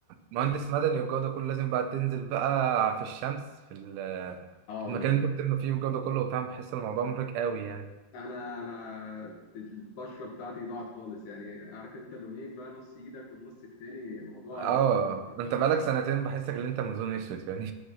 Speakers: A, on the right (about 85°); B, on the left (about 60°).
A: مهندس مدني والجو ده كله لازم بقى تنزل بقى في الشمس في ال-
B: اه
A: في المكان
B: والله
A: اللي انتوا بتبنوا فيه والجو ده كله وبتاع بحس الموضوع مرهق قوي يعني
B: انا انا البشره بتاعتي ضاعت خالص يعني عارف انت اللونين بقى نص ايدك والنص التاني الموضوع
A: اه
B: مرهق
A: ده
B: جدا.
A: انت بقالك سنتين بحسك ان انت منظور اسود يعني